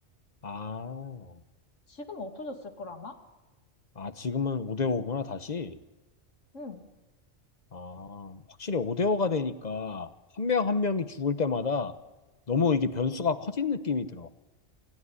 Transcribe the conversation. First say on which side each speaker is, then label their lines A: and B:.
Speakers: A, on the left (about 35°); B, on the left (about 85°).
A: 아,
B: 지금 없어졌을 걸 아마?
A: 아, 지금은 5대5구나, 다시.
B: 음.
A: 아, 확실히 5대5가 되니까 한 명 한 명이 죽을 때마다 너무 이게 변수가 커진 느낌이 들어.